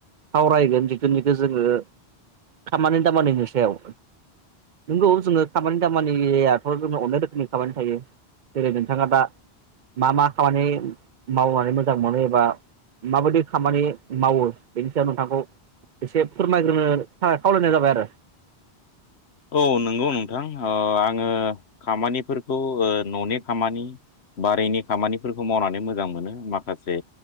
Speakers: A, on the right; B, on the left.
A: सावरायगोन जिथुनिखौ जोङो खामानि दामानि नो सायाव नंगौ जोङो खामानि दामानियाथ जोङो अनेक रोखोमनि खामानि थायो जेरै नोंथाङा दा मा मा खामानि मावनानै मो मोजां मोनो एबा माबायदि खामानि मावो। बेनि सायाव नोंथांखौ एसे फोरमायग्रोनो थाखाय खावलायनाय जाबाय आरो।
B: औ नंगौ नोंथां, ओ आङो खामानिफोरखौ ओ न'नि खामानि बारिनि खामानिफोरखौ मावनानै मोजां मोनो। माखासे